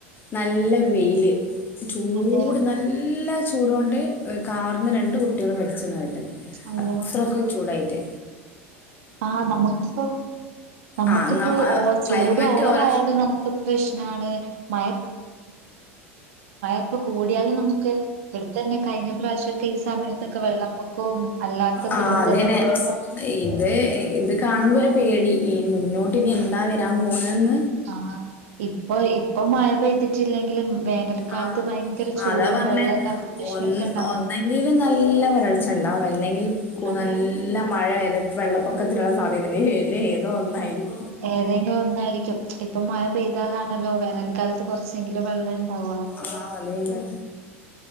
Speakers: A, on the left; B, on the right.
A: നല്ല വെയില് ചൂട്
B: അതെയാ
A: നല്ല ചൂടൊണ്ട് കാറിന്ന് രണ്ട് കുട്ടിളും മര്ച്ന്നാ ഏട്ട്
B: അള്ളോ
A: അത്രക്കും ചൂടായി ട്ടെ
B: ആഹ് നമ <unintelligible> നമുക്കിപ്പോ
A: ആഹ് നമ്മ
B: ഓർ
A: ക്ലൈമറ്റ്
B: ചൂട് ഓവറ
A: ഓരോ
B: ആയാലും നമുക്ക് പ്രെഷ്നണ് മ ഇപ്പൊ കൂടിയാലും നമുക്ക് ഇവിടെത്തന്നെ കഴിഞ്ഞ പ്രാവശ്യമൊക്കെ ഈ സമയത്തൊക്കെ വെള്ളപ്പൊക്കവും അല്ലാത്ത
A: ആഹ്
B: ദുരന്തങ്ങളൊക്കെ
A: അതന്നെ
B: ഉണ്ടായി.
A: ഇത് ഇത് കാണുമ്പോ ഒരു പേടി ഇനി മുന്നോട്ട് നി എന്താ വരാൻ പോണന്ന്
B: ആഹ് ഇപ്പൊ ഇപ്പൊ മഴ പെയ്തിട്ടില്ലെങ്കിലും വേനൽക്കാലത്ത്
A: ആഹ്
B: ഭയങ്കര ചൂടും
A: അതാ പറഞ്ഞേ
B: വെള്ളമില്ലാത്ത പ്രശ്നമൊക്കെ
A: ഒ
B: ഉണ്ടാവും.
A: ഒന്നെങ്കിലും നല്ല വരൾച്ച ഉണ്ടാവും പ്പ അല്ലെങ്കിൽ കു
B: അതെ
A: നല്ല മഴ വര വെള്ളപ്പൊക്കത്തിനുള്ള സാധ്യതയണ്ട് അല്ലെ ഏതോ ഒന്നായിരിക്കും
B: ഏതെങ്കിലും ഒന്നായിരിക്കും <unintelligible> ഇപ്പൊ മഴ പെയ്താലാണല്ലോ വേനൽക്കാലത്ത് കൊറച്ചെങ്കിലും വെള്ളം ഇണ്ടാവ
A: ആഹ് അതന്നെ